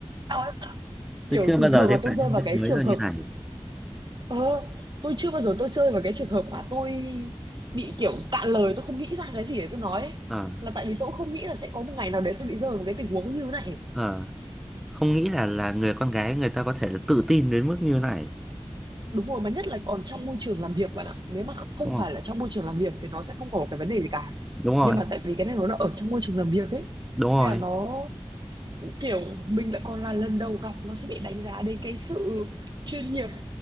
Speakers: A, on the right (about 50°); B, in the centre.
A: theo ấy bạn ạ.
B: tôi
A: kiểu
B: chưa bao
A: thường
B: giờ
A: thường
B: thấy
A: là tôi
B: phải
A: rơi
B: nhân
A: vào
B: viên
A: cái
B: mới
A: trường
B: là như
A: hợp
B: này
A: ờ, tôi chưa bao giờ tôi rơi vào cái trường hợp mà tôi bị kiểu cạn lời tôi không nghĩ ra cái gì để tôi nói ấy.
B: ờ
A: là tại vì tôi cũng không nghĩ là sẽ có một ngày nào đấy tôi bị rơi vào một cái tình huống như thế này
B: ờ không nghĩ là là người con gái người ta có thể tự tin đến mức như này
A: đúng rồi mà nhất là còn trong môi trường làm việc bạn ạ nếu mà không
B: đúng không
A: phải là trong môi trường làm việc thì nó sẽ không có một cái vấn đề gì cả
B: đúng rồi
A: nhưng mà tại vì cái này nó là ở trong môi trường làm việc ấy
B: đúng rồi
A: thế là nó kiểu mình lại còn là lần đầu gặp nó sẽ bị đánh giá đến cái sự chuyên nghiệp